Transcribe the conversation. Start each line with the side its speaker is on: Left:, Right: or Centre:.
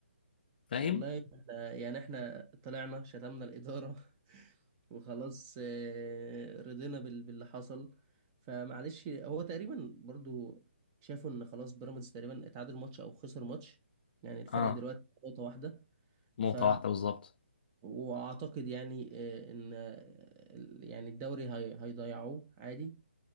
Left: فاهم
Right: والله إحنا- يعني احنا طلعنا شتمنا الإدارة <laughs> وخلاص آه، رضينا بال- باللي حصل فمعلش هو تقريبا برضو شافوا ان خلاص بيراميدز تقريبا اتعادل ماتش او خسر ماتش يعني الفرق
Left: اه
Right: دلوقتي نقطة واحدة
Left: نقطه
Right: ف
Left: واحده بالظبط
Right: واعتقد يعني آه، ان آه، ال- يعني الدوري هي- هيضيعوه عادي